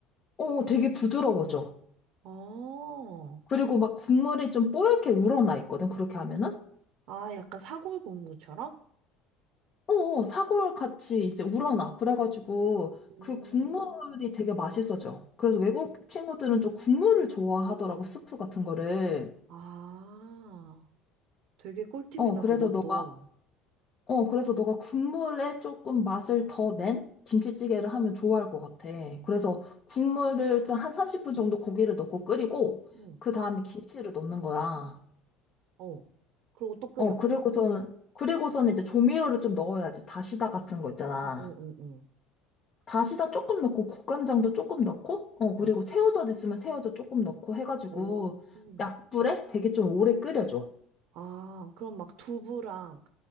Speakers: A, on the left (about 35°); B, on the right (about 65°).
A: 어, 되게 부드러워져.
B: 어.
A: 그리고 막 국물이 좀 뽀얗게 우러나 있거든, 그렇게 하면은.
B: 아, 약간 사골국물처럼?
A: 어, 어, 사골 같이 이제 우러나. 그래가지고
B: 음.
A: 그 국물이 되게 맛있어져. 그래서 외국 친구들은 좀 국물을 좋아하더라고, 스프 같은 거를.
B: 아, 되게 꿀팁이다,
A: 어, 그래서
B: 그것도.
A: 너 어, 그래서 너가 국물에 조금 맛을 더 낸 김치찌개를 하면 좋아할 것 같아. 그래서 국물을 좀한 30분 정도 고기를 넣고 끓이고,
B: 응,
A: 그 다음에 김치를 넣는 거야.
B: 어. 그리고 또 끓여.
A: 어, 그리고서는, 그리고서는 이제 조미료를 좀 넣어야지. 다시다 같은 거 있잖아.
B: 응, 응, 응. 응.
A: 다시다 조금 넣고, 국간장도 조금 넣고, 어,
B: 응.
A: 그리고 새우젓 있으면 새우젓 조금 넣고 해가지고,
B: 오. 음.
A: 약불에 되게 좀 오래 끓여줘.
B: 아, 그럼 막 두부랑